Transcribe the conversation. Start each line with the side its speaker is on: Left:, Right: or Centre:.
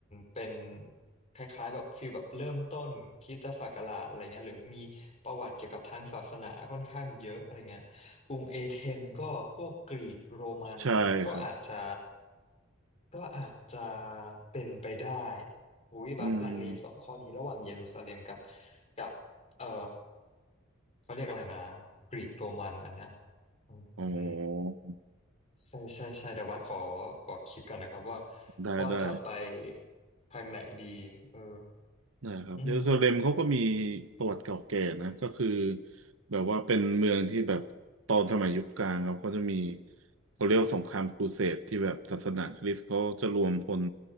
Left: เป็นคล้ายๆแบบฟีลแบบเริ่มต้นคริสตศักราชอะไรเงี้ยหรือมีประวัติเกี่ยวกับทางศาสนาค่อนข้างเยอะอะไรเงี้ยกรุงเอเธนก็พวกกรีกโรมันก็อาจจะ
Right: ใช่ครับ
Left: ก็อาจจะเป็นไปได้หิยบัตลังเลสองข้อนี้ระหว่างเยรูซาเล็มกับ
Right: อืม
Left: กับเออเขาเรียกอะไรนะกรีกโรมันอันเนี้ยอืมอืม
Right: อ๋อ
Left: ใช่ใช่ใช่เดี๋ยวบัสขอขอคิดก่อนนะครับว่า
Right: ได้ได้
Left: ว่าจะไปทางไหนดีเออ
Right: นะครับเยรูซาเล็มเขาก็มี
Left: อืม
Right: ประวัติเก่าแก่นะก็คือแบบว่าเป็นเมืองที่แบบตอนสมัยยุคกลางเขาก็จะมีเขาเรียกว่าสงครามครูเสดที่แบบศาสนาคริสต์เขาจะรวมพล